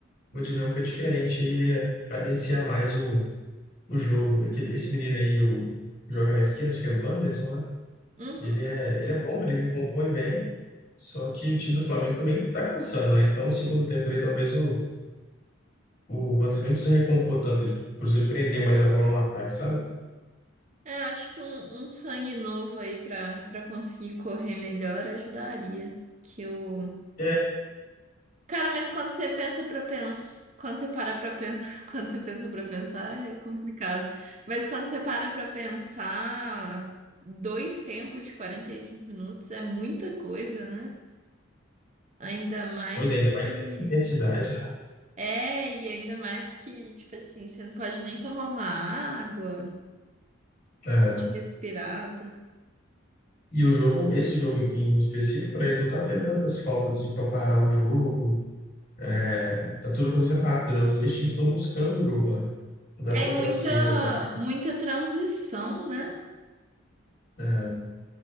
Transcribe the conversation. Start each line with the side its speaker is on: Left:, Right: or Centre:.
Left: uma dinâmica diferente aí, ele ia cadenciar mais o, o jogo. Aquele, esse menino aí, o, que joga na esquerda, acho que é o Wanderson, né?
Right: Uhum.
Left: Ele é, ele é bom, ele recompõe bem, só que o time do Flamengo também tá cansando, né? Então, o segundo tempo ali, talvez o, o Wanderson nem precisa recompor tanto, ele, por exemplo, prender mais a bola no ataque, sabe?
Right: É, acho que um, um sangue novo aí pra, pra conseguir correr melhor ajudaria. Que o.
Left: É,
Right: Cara, mas quando você pensa pra pensar. Quando você para pra pensar. <laughs> Quando você pensa pra pensar, é complicado. Mas quando você para pra pensar, dois tempos de 45 minutos é muita coisa, né? Ainda mais
Left: Pois é, ainda mais
Right: que.
Left: nessa intensidade, né?
Right: É, e ainda mais que, tipo assim, você não pode nem tomar uma água,
Left: É.
Right: uma respirada.
Left: E o jogo, esse jogo em específico, né, ele não tá tendo tantas faltas assim para parar o jogo. É, tá tudo acontecendo rápido, né? Os dois times estão buscando o jogo, né? Dá
Right: É
Left: até naquela
Right: muita,
Left: cera também.
Right: muita transição, né?
Left: É, o